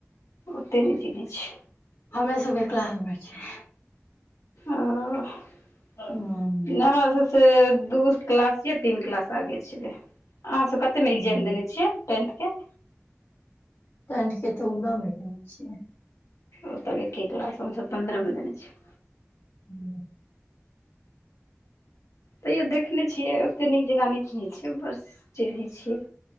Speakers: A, on the left; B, on the left.
A: ओते नैय चिन्है छियै।
B: हमे सबके क्लास में छै।
A: ओ, नैय
B: हूँ
A: हमा सब स से दू किलास या तीन किलास आगे छेलै, अहाँ सब कते में इग्जाम
B: हूँ
A: देने छियै? टेंथ के?
B: टेन्ठ के चौदऽ में केने छियै।
A: ओ तब एक्के किलास, हमसब पन्द्रऽ में देने छीयै।
B: ह्म्म।
A: तैयो देखने छियै, ओतेक नीक जेकाँ नैय चिन्है छियै, बस चिन्है छियै।